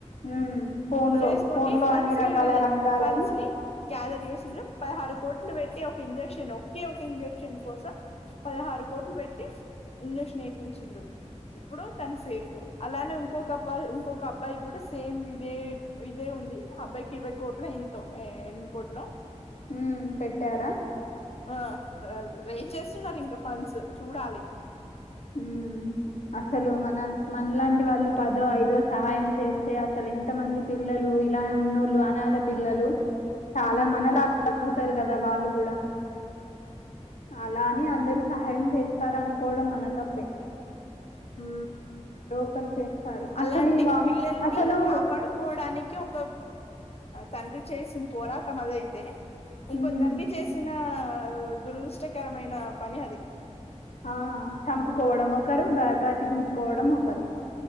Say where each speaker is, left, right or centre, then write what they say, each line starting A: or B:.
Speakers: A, on the left; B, on the left.
A: హుం ఫోన్
B: చేసుకొని
A: లో ఫోన్ లో
B: ఫండ్స్
A: అన్ని రకాల
B: రిలీ
A: రంగాలను.
B: ఫండ్స్ ని గ్యాదర్ చేసిండ్రు పదహారు కోట్లు పెట్టి ఒక ఇంజెక్షన్ ఒకే ఒక ఇంజక్షన్ కోసం పదహారు కోట్లు పెట్టి ఇంజెక్షన్ ఎపించ్ ఇచ్చిండ్రు. ఇప్పుడు తను సేఫ్. అలానే ఇంకొక అప్పా ఇంకొక అబ్బాయి కూడా సేమ్ ఇదే ఇదే ఉంది. ఆ అబ్బాయికి ఇరవై కోట్ల ఎంతో ఎనిమిది కోట్లో.
A: ఉమ్ పెట్టారా.
B: ఆహ్ రైజ్ చేస్తున్నారు ఇంకా ఫన్డ్స్ చూడాలి.
A: ఉమ్
B: మ్మ్
A: అసలు మనం మనలాంటి వాళ్ళు. పదో ఐదొ సహాయం. చేస్తే అసలు ఎంత మంది. పిల్లలు ఇలా ఉన్నోళ్ళు అనాథ పిల్లలు. చాలా
B: మ్మ్
A: మనలా ప్రకృ ఒకరు కదా వాళ్ళు కూడా. ఆహ్ అలా అని అందరు సహాయం చేస్తే సార్ అనుకోవడం మనతో
B: ఉ
A: ఎవరో ఒకరు చేస్తారు
B: అలాంటి
A: అసలు ఈ వా
B: పిల్లల్ని
A: అసలు
B: కాపాడుకోవడానికి ఒక తండ్రి చేసింది పోరాటం అదైతే ఇంకో
A: ఉమ్
B: తండ్రి చేసిన దురదృష్టకరమైన పని అది
A: ఆ చంపుకోవడం ఒకరు బ బతికించుకోవడం ఒకరు